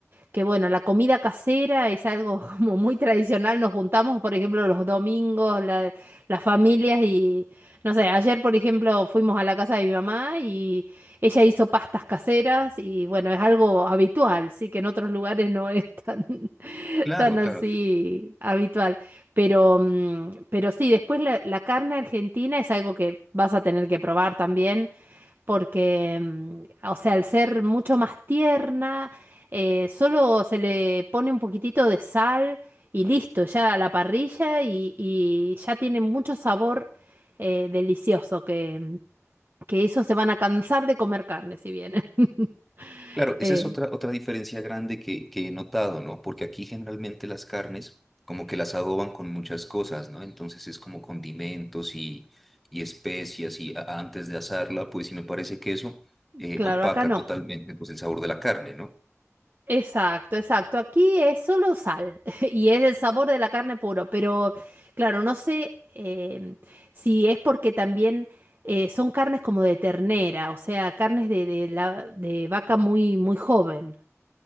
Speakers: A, on the right (about 40°); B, in the centre.
A: que bueno, la comida casera es algo <laughs> como muy tradicional. Nos juntamos, por ejemplo, los domingos, la- las familias y, no sé, ayer, por ejemplo, fuimos a la casa de mi mamá y ella hizo pastas caseras y bueno, es algo habitual, sí, que en otros lugares no es tan, <laughs>
B: Claro,
A: tan así
B: claro.
A: habitual. Pero, mm, pero sí, después la, la carne argentina es algo que vas a tener que probar también porque, mm, o sea, al ser mucho más tierna, eh, solo se le pone un poquitito de sal y listo, ya a la parrilla y, y ya tiene mucho sabor eh, delicioso, que, mm, que esos se van a cansar de comer carne si vienen. <laughs>
B: Claro,
A: Eh,
B: esa es otra, otra diferencia grande que, que he notado, ¿no? Porque aquí generalmente las carnes como que las adoban con muchas cosas, ¿no? Entonces es como condimentos y, y especias y a- antes de asarla, pues sí me parece que eso eh,
A: claro,
B: opaca
A: acá no.
B: totalmente pues el sabor de la carne, ¿no?
A: Exacto, exacto. Aquí es solo sal <laughs> y es el sabor de la carne puro, pero claro, no sé em, si es porque también eh, son carnes como de ternera, o sea, carnes de, de la, de vaca muy, muy joven.